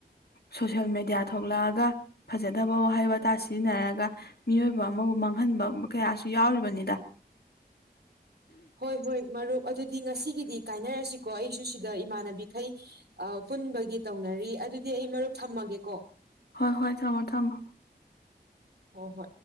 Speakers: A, on the left; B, on the right.
A: ꯁꯣꯁꯦꯜ ꯃꯦꯗꯤꯌꯥ ꯊꯣꯛꯂꯛꯑꯒ ꯐꯖꯗꯕ ꯋꯥꯍꯩ ꯋꯥꯇꯥ ꯁꯤꯖꯤꯟꯅꯔꯒ ꯃꯤꯑꯣꯏꯕ ꯑꯃꯕꯨ ꯃꯥꯡꯍꯟꯕ ꯀꯌꯥꯁꯨ ꯌꯥꯎꯔꯤꯕꯅꯤꯗ
B: ꯍꯣꯏ ꯍꯣꯏ ꯃꯔꯨꯞ ꯑꯗꯨꯗꯤ ꯉꯁꯤꯒꯤꯗꯤ ꯀꯥꯏꯅꯔꯁꯤꯀꯣ ꯑꯩꯁꯨ ꯁꯤꯗ ꯏꯃꯥꯟꯅꯕꯤꯈꯩ ꯄꯨꯟꯕꯒꯤ ꯇꯧꯅꯔꯤ ꯑꯗꯨꯗꯤ ꯑꯩ ꯃꯔꯨꯞ ꯊꯝꯃꯒꯦꯀꯣ
A: ꯍꯣꯏ ꯍꯣꯏ ꯊꯝꯃꯣ ꯊꯝꯃꯣ
B: ꯍꯣ ꯍꯣꯏ